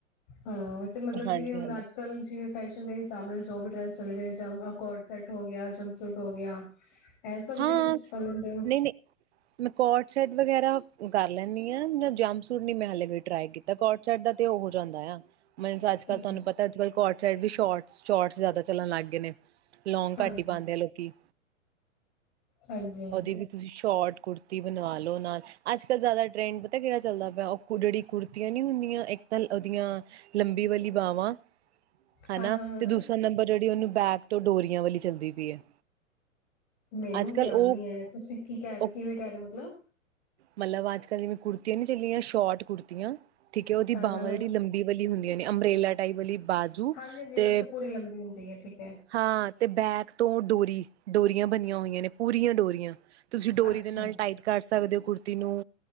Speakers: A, on the left; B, on the right.
A: ਹਾਂ ਤੇ ਮਤਲਬ
B: ਹਾਂਜੀ
A: ਜਿਵੇਂ ਹੁਣ
B: ਹਾਂਜੀ
A: ਅੱਜ ਕਲ ਜਿਵੇਂ ਫੈਸ਼ਨ ਦੇ ਹਿਸਾਬ ਨਾਲ ਜੋੋਬ ਡਰੈੱਸ <unintelligible> ਕੋਡ ਸੈੱਟ ਹੋ ਗਿਆ ਜਮ ਸੂਟ ਹੋ ਗਿਆ ਐਸਾ
B: ਹਾਂ
A: ਵੀ ਸਟਿੱਚ ਕਰ ਲੈਂਦੇ ਓ
B: ਨਹੀਂ ਨਹੀਂ ਮੈਂ ਕੋਟ ਵਗੈਰਾ ਕਰ ਲੈਂਦੀ ਆ ਜਾਂ ਜਮ ਸੂਟ ਨਹੀ ਮੈਂ ਹਲੇ ਟਰਾਈ ਕੀਤਾ ਕੋਡ ਸੈੱਟ ਦਾ ਤੇ ਉਹ ਜਾਂਦਾ ਆ ਅੱਜ ਕੱਲ
A: ਅੱਛਾ
B: ਤੁਹਾਨੂੰ
A: ਅੱਛਾ
B: ਪਤਾ ਅੱਜ ਕਲ ਸ਼ੋਟਸ ਸ਼ੋਟਸ ਜਿਆਦਾ ਚੱਲਣ ਲੱਗ ਗਏ ਨੇ ਲੌਗ
A: ਹਾਂਜੀ
B: ਘੱਟ ਹੀ ਪਾਉਂਦੇ ਆ ਲੋਕੀ
A: ਹਾਂਜੀ ਹਾਂਜੀ
B: ਉਹਦੀ ਵੀ ਤੁਸੀਂ ਸ਼ੋਟ ਕੁੁਰਤੀ ਕੁੜਤੀ ਬਣਵਾ ਲਓ ਨਾਲ ਅੱਜ ਕੱਲ੍ਹ ਜ਼ਿਆਦਾ ਟਰੈਂਡ ਪਤਾ ਕਿਹੜਾ ਚੱਲਦਾ ਪਿਆ ਉਹ ਕੁੜਤੀਆਂ ਨੀ ਹੁੰਦੀਆਂ ਇੱਕ ਤਾਂ ਉਹਦੀਆਂ ਲੰਬੀ ਵਾਲੀ ਬਾਵਾਂ
A: ਹਾਂ
B: ਹਨਾ
A: ਹਾਂ ਹਾਂ
B: ਤੇ
A: ਹਾਂ
B: ਦੂਸਰਾ ਨੰਬਰ ਜਿਹੜੀ ਉਹਨੂੰ ਬੈਕ ਤੋਂ ਡੋਰੀਆਂ ਵਾਲੀ ਚੱਲਦੀ ਪਈ ਹੈ
A: ਮੈਨੂੰ
B: ਅੱਜ ਕੱਲ
A: ਧਿਆਨ
B: ਉਹ
A: ਨਹੀਂ ਹੈ ਤੁਸੀਂ ਕੀ ਕਹਿ ਰਹੇ
B: ਉਹ
A: ਕਿਵੇਂ ਕਹਿ ਰਹੇ ਹੋ ਮਤਲਬ
B: ਮਤਲਬ ਅੱਜ ਕੱਲ੍ਹ ਜਿਵੇਂ ਕੁੜਤੀਆਂ ਨੀ ਚੱਲੀਆਂ ਸ਼ੋਰਟ ਕੁੜਤੀਆਂ ਠੀਕ ਉਹਦੀ
A: ਹਾਂ
B: ਬਾਹਵਾਂ
A: ਹਾਂ ਹਾਂ
B: ਜਿਹੜੀ ਲੰਬੀ ਵਾਲੀ ਹੁੰਦੀ ਅੰਬਰੇਲਾ ਟਾਈਪ ਵਾਲੀ ਬਾਜੂ
A: ਹਾਂਜੀ ਹਾਂਜੀ
B: ਤੇ
A: ਅੱਛਾ ਪੂਰੀ ਲੰਬੀ ਹੁੰਦੀ ਹੈ ਠੀਕ ਹੈ
B: ਹਾਂ ਤੇ ਬੈਕ ਤੋਂ ਡੋਰੀ ਡੋਰੀ ਬਣੀਆਂ ਹੋਈਆਂ ਨੇ ਪੂਰੀਆਂ ਡੋਰੀਆਂ ਤੁਸੀਂ ਡੋਰੀ
A: ਅੱਛਾ
B: ਦੇ ਨਾਲ ਟਾਈਟ ਕਰ ਸਕਦੇ ਹੋ ਕੁੜਤੀ ਨੂੰ